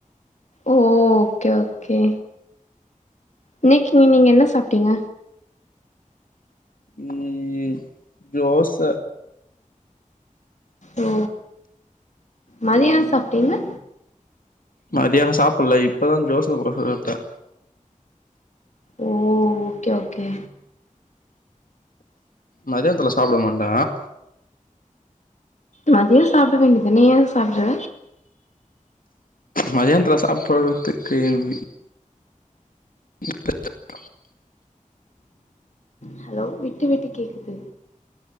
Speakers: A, on the left; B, on the left.
A: ஓ ஓகே ஓகே இன்னைக்கு நீங்க என்ன சாப்டீங்க
B: ம் தோச
A: ஓ மதியான சாப்டீங்களா
B: மதியானோ சாப்பிட்ல இப்பதா ஜோச போட்டு எடுத்த
A: ஓ ஓகே ஓகே
B: மதியானத்துல சாப்ட மாட்ட
A: மதியோ சாப்ட வேண்டியதானே ஏ சாப்டல
B: மதியானத்துல சாப்டுறதுக்கு எ வீ <inaudible>
A: ஹலோ விட்டு விட்டு கேக்குது